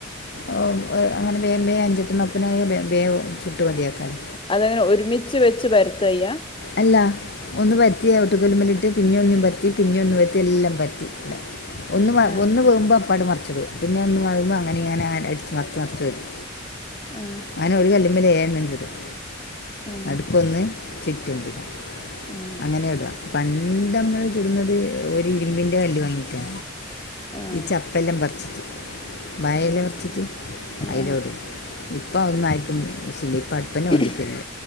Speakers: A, on the left; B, on the left.
A: ഒ <unintelligible> അങ്ങനെ വേവേ അഞ്ചെട്ടണ്ണൊപ്പനായ ബേബേ ചുട്ടുമതിയാക്കാലൊ
B: അതങ്ങനെ ഒരുമിച്ച് വെച്ച് പരത്തയ്യ
A: അല്ല ഒന്ന് വറ്റിയ ഓട്ട് കല്ല്മല്ലിട്ട് പിന്നെ ഒന്നും പരത്തി പിന്നെ ഒന്ന് പര ത്തി എല്ലാം പരത്തി ഒന്ന്
B: ആഹ്
A: ഒന്ന് വേ വുമ്പോ അപ്പാണ്ട് മറ്ച്ചിടും പിന്നെ ഒന്ന് മറയുമ്പോഅങ്ങനെ ഇങ്ങാൻ അട്ച്ച്മറ്ച്ച് മറ്ച് വരും
B: ഏഹ്
A: അങ്ങനെ ഒരു കല്ല്മ്മല് ഏയണ്ണം ചു ടും
B: ആഹ്
A: നടുക്കൊന്ന് <unintelligible>
B: ആഹ്
A: അങ്ങനെ ഇട പണ്ട് അമ്മള് ചുടുന്നത് ഒരു ഇരുമ്പിന്റെ കല്ല് വാങ്ങീറ്റഈ
B: ആഹ്
A: ച ബലം വർച്ചിട്ട് വയല
B: ആഹ്
A: വറ്ച്ചിട്ട്
B: ആഹ്
A: അയ്ല് ഇടും ഇപ്പ അഒന്നും ആര്ക്കും ശില ഇപ്പോ
B: ആഹ്
A: വൊന്തിക്കെ ഇല്ല